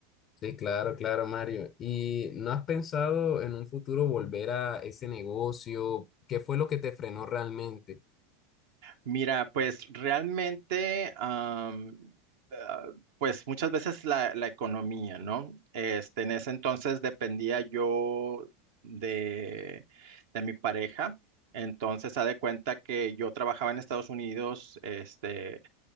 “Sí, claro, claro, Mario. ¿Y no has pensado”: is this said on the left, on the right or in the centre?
Left